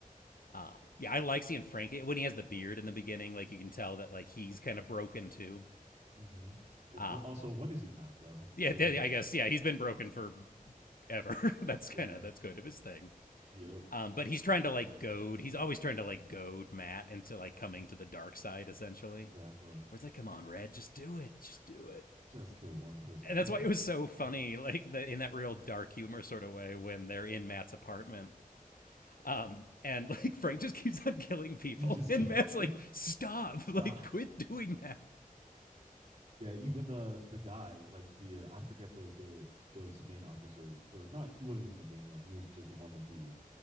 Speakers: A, on the left (about 75°); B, on the right (about 50°).
A: Um, yeah, I like seeing Frank when he has the beard in the beginning. Like you can tell that like he's kind of broken too.
B: hmm But
A: Um,
B: when, also, when is he not though?
A: yeah,
B: To
A: yeah,
B: be
A: I guess yeah, he's been broken for ever. <laughs> that's kind
B: <laughs> yeah,
A: of that's good of his thing.
B: yep,
A: Um, but he's trying to like goad. He's always trying to like goad Matt into like coming to the dark side, essentially.
B: exactly.
A: Where it's like, come on, Red, just do it, just do
B: J-
A: it.
B: just kill one person,
A: And
B: just
A: that's why
B: one
A: it was
B: person.
A: so funny,
B: Yeah,
A: like the, in that real dark humor sort of way when they're in Matt's apartment. Um, and <laughs> like Frank just keeps on killing people,
B: you just
A: <laughs> and
B: can't.
A: Matt's like, stop,
B: <laughs> stop.
A: <laughs> like quit doing that.
B: Yeah, even the the guy, like the uh, I forget the the those main officers or not. He wasn't even the main one. He was just one of the